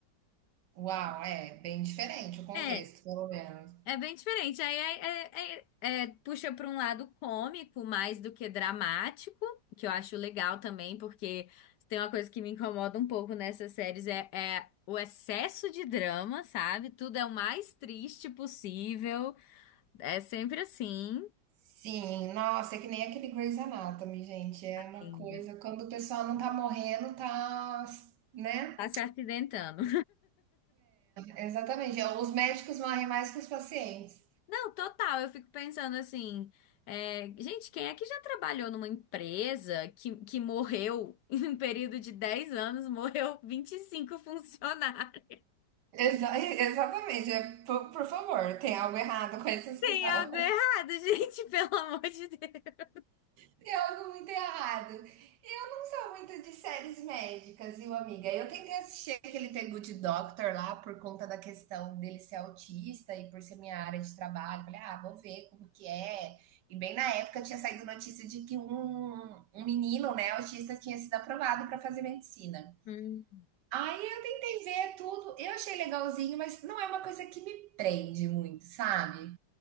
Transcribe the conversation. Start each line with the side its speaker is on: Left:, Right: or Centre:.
Right: Uau, é bem diferente o contexto,
Left: É,
Right: pelo menos.
Left: É bem diferente. Aí é, é- é- é, puxa para um lado cômico mais do que dramático, que eu acho legal também, porque tem uma coisa que me incomoda um pouco nessas séries é, é o excesso de drama, sabe? Tudo é o mais triste possível. É sempre assim.
Right: Sim, nossa, é que nem aquele Grey's Anatomy, gente, é uma
Left: Sim.
Right: coisa, quando o pessoal não tá morrendo, tá, né?
Left: Tá se acidentando.
Right: Exatamente, é, os médicos morrem mais que os pacientes.
Left: Não, total. Eu fico pensando assim, é, gente, quem é que já trabalhou numa empresa que, que morreu <laughs> em um período de 10 anos, morreu 25 funcionários?
Right: Exa- <laughs> exatamente, é, por, por favor, tem algo errado com esse hospital.
Left: Tem algo errado, gente, <laughs> pelo amor de Deus.
Right: Tem algo muito errado. Eu não sou muito de séries médicas, viu, amiga? Eu tentei assistir aquele The Good Doctor lá por conta da questão dele ser autista e por ser minha área de trabalho. Falei, ah, vou ver como que é. E bem na época tinha saído notícia de que um, um menino, né, autista, tinha sido aprovado para fazer medicina.
Left: Hum.
Right: Aí eu tentei ver tudo, eu achei legalzinho, mas não é uma coisa que me prende muito, sabe?